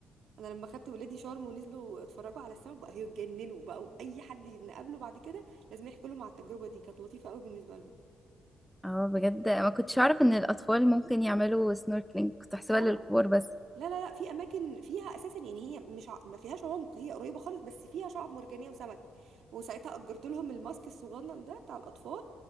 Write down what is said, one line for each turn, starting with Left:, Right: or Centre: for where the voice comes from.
Right: انا لما خدت ولادي شرم ونزلوا اتفرجوا على السمك بقى هيتجننوا بقى اي حد نقابله بعد كده لازم يحكي لهم على التجربه دي كانت لطيفه قوي بالنسبه لهم
Centre: اه بجد ما كنتش اعرف ان الاطفال ممكن يعملوا سنوركلينج كنت احسبها
Right: اه
Centre: للكبار بس
Right: لا لا لا لا في اماكن فيها اساسا يعني هي مش ع... ما فيهاش عمق هي قريبه خالص بس فيها شعب مرجانيه وسمك وساعتها اجرت لهم الماسك الصغنن ده بتاع الاطفال